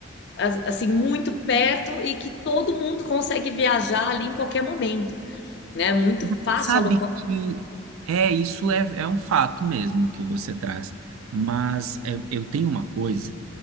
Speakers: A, on the left; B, on the right.
A: as- assim, muito perto e que todo mundo consegue viajar ali em qualquer momento, né? É Muito
B: Mas
A: fácil
B: Sabe
A: alocar.
B: que é isso é, é um fato mesmo que você traz, mas é, eu tenho uma coisa